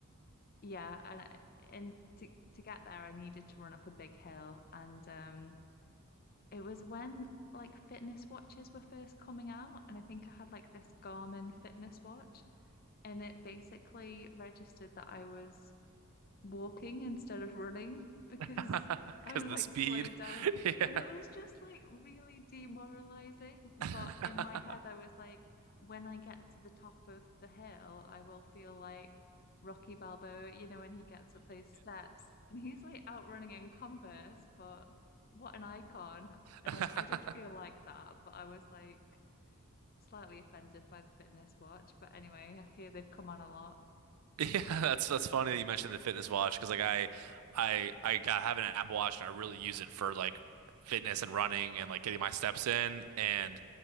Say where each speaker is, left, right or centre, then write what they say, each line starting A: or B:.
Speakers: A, on the left; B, on the right.
A: yeah, and I- and to to get there, I needed to run up a big hill, and um, it was when like fitness watches were first coming out, and I think I had like this Garmin fitness watch, and it basically registered that I was walking instead of running <laughs> because
B: <laughs>
A: I
B: Because
A: like
B: the speed.
A: slowed down
B: <laughs> Yeah.
A: and it was just like really demoralizing.
B: <laughs>
A: But in my head, I was like, when I get to the top of the hill, I will feel like Rocky Balboa, you know, when he gets up those steps and he's like out running in Converse, but what an icon. And
B: Yeah.
A: I, I did feel
B: <laughs>
A: like that, but I was like slightly offended by the fitness watch. But anyway, I hear they've come on a lot.
B: Yeah, <laughs> that's that's funny that you mentioned the fitness watch because like I I I got have an Apple Watch and I really use it for like fitness and running and like getting my steps in and